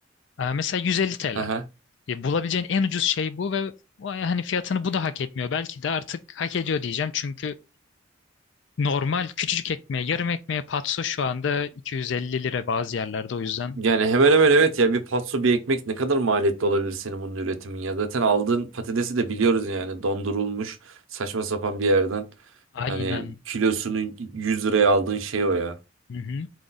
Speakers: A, on the left; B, on the right.
A: E, mesela 150 TL.
B: Hı hı.
A: E, bulabileceğin en ucuz şey bu ve vay, hani fiyatını bu da hak etmiyor. Belki de artık hak ediyor diyeceğim çünkü normal küçücük ekmeğe, yarım ekmeğe patso şu anda 250 lira bazı yerlerde o yüzden
B: Yani hemen hemen evet ya bir patso bir ekmek ne kadar maliyetli olabilir senin bunun üretimin ya. Zaten aldığın patatesi de biliyoruz yani dondurulmuş saçma sapan bir yerden.
A: Aynen.
B: Hani kilosunu 100 liraya aldığın şey o ya.
A: Hı hı.